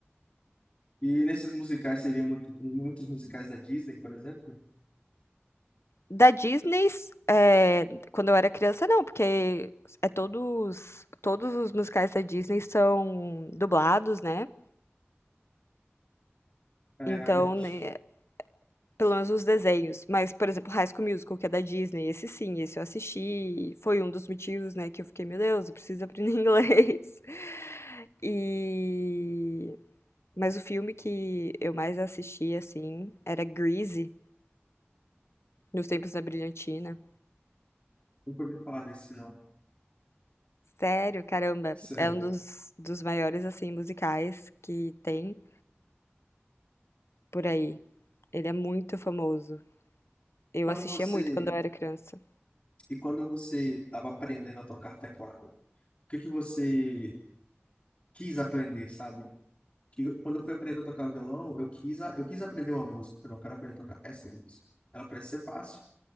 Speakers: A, on the left; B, on the left.
A: E nesses musicais, você vê muito, muitos musicais da Disney, por exemplo?
B: Da Disney, é, quando eu era criança, não, porque é todos, todos os musicais da Disney são dublados, né?
A: É,
B: Então,
A: realmente.
B: né, Pelo menos os desenhos, mas, por exemplo, High School Musical, que é da Disney, esse sim, esse eu assisti, e foi um dos motivos, né, que eu fiquei, meu Deus, eu preciso aprender <laughs> inglês. E... Mas o filme que eu mais assisti, assim, era Grease, nos tempos da Brilhantina.
A: Nunca ouvi falar desse, não.
B: Sério, caramba,
A: Sério.
B: é um dos, dos maiores, assim, musicais que tem por aí. Ele é muito famoso. Eu
A: Quando
B: assistia
A: você...
B: muito quando eu era criança.
A: E quando você estava aprendendo a tocar teclado, o que que você quis aprender, sabe? Que, quando eu fui aprender a tocar violão, eu quis, a- eu quis aprender uma música. Eu falei, "Eu quero aprender a tocar essa música. Ela parece ser fácil